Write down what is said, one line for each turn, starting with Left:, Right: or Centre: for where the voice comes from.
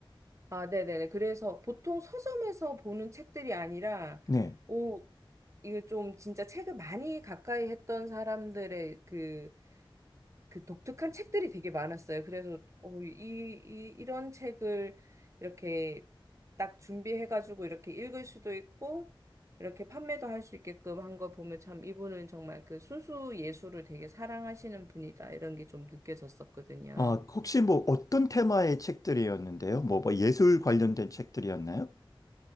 Right: 아, 네네네. 그래서 보통 서점에서 보는 책들이 아니라,
Left: 네.
Right: 오 이게 좀 진짜 책을 많이 가까이 했던 사람들의 그, 그 독특한 책들이 되게 많았어요. 그래서, 어, 이, 이, 이런 책을 이렇게 딱 준비해가지고 이렇게 읽을 수도 있고, 이렇게 판매도 할 수 있게끔 한 거 보면 참 이분은 정말 그 순수 예술을 되게 사랑하시는 분이다. 이런 게 좀 느껴졌었거든요.
Left: 아, 혹시 뭐 어떤 테마의 책들이었는데요? 뭐, 뭐 예술 관련된 책들이었나요?